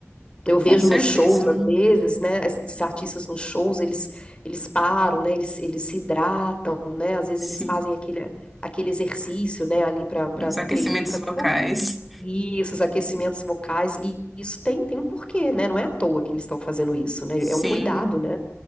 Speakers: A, on the left; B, in the centre.
A: Eu vejo
B: Com certeza,
A: nos shows, às vezes, né? Esses artistas nos shows, eles, eles param, né? Eles, eles se hidratam, né? Às vezes
B: sim.
A: eles fazem aquele, aquele exercício, né? Ali para para
B: Os aquecimentos
A: treinar, para
B: vocais,
A: esses aquecimentos vocais. E isso tem, tem um porquê, né? Não é à toa que eles estão fazendo isso, né?
B: sim.
A: É um cuidado, né?